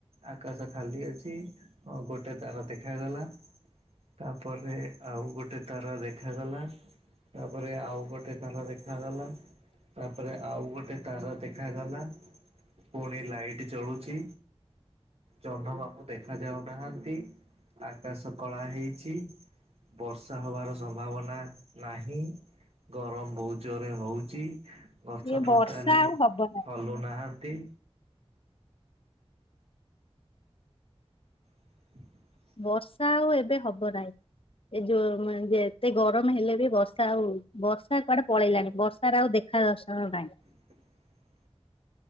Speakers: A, on the right; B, on the left.
A: ଆକାଶ ଖାଲି ଅଛି ଗୋଟେ ତାରା ଦେଖାଗଲା। ତାପରେ ଆଉ ଗୋଟେ ତାରା ଦେଖାଗଲା। ତାପରେ ଆଉ ଗୋଟେ ତାରା ଦେଖାଗଲା, ତାପରେ ଆଉ ଗୋଟେ ତାରା ଦେଖ ଗଲା ପୁଣି ଲାଇଟ୍ ଜଳୁଛି। ଜହ୍ନମାମୁଁ ଦେଖା ଯାଉ ନାହାନ୍ତି, ଆକାଶ କଳା ହେଇଛି। ବର୍ଷା ହବାର ସମ୍ଭାବନା। ନାହିଁ, ଗରମ ବହୁତ ଜୋରରେ ହଉଛି। ଗଛ
B: ଏ
A: ଟୋଟାଲି
B: ବର୍ଷା ଆଉ ହବ ନାହିଁ
A: ହଲୁ ନାହାନ୍ତି। ହଁ <unintelligible>
B: ବର୍ଷା ଆଉ ଏବେ ହବ ନାହିଁ। ଏ ଯୋଉେ ଯେ ଏତେ ଗରମ ହେଲେ ବି ବର୍ଷା ଆଉ ବର୍ଷା କୁଆଡେ ପଳେଇଲାଣି, ବର୍ଷାାରେ ଆଉ ଦେ ଖା ଦର୍ଶନ ନାହିଁ।
A: <unintelligible>